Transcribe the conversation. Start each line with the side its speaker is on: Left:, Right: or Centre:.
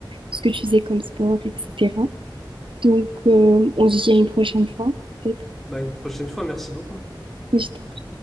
Right: ce que tu faisais comme sport, etc. Donc, euh, on se dit à une prochaine fois, peut-être.
Centre: Bah, une prochaine fois, merci beaucoup.
Right: Mais je